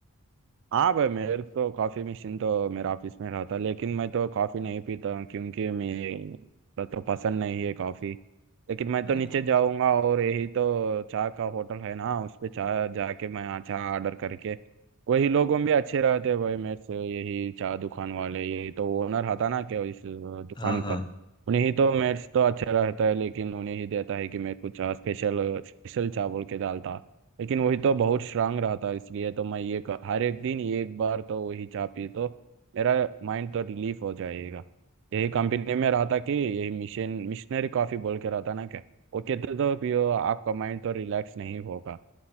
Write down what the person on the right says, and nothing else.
हाँ भाई मेरे तो कॉफी मशीन तो मेरे ऑफिस में रहा था लेकिन मैं तो कॉफी नहीं पीता क्योंकि मेरा तो पसंद नहीं है कॉफी लेकिन मैं
तो नीचे
जाऊंगा और यही तो चाय का होटल है ना उस पे चाय जाके मैं यहाँ चाय ऑर्डर करके वही लोगों भी अच्छे रहते हैं भाई मेरे से यही चाय दुकान वाले यही तो ओनर था ना क्या इस अ, दुकान
का उन्हें ही तो मेरे से तो अच्छा रहता है लेकिन उन्हें ही देता है कि मेरे को चाय स्पेशल स्पेशल चाय बोल के डालता लेकिन वही तो बहुत स्ट्रांग रहता है इसलिए तो मैं ये क- हर एक दिन एक बार तो वही चाय पी तो मेरा माइंड तो रिलीफ हो जाएगा यही कंपनी में रहा था कि यही मिशन मिशनरी कॉफी बोल के रहा था ना क्या वो कहते तो पियो आपका माइंड तो रिलैक्स नहीं होगा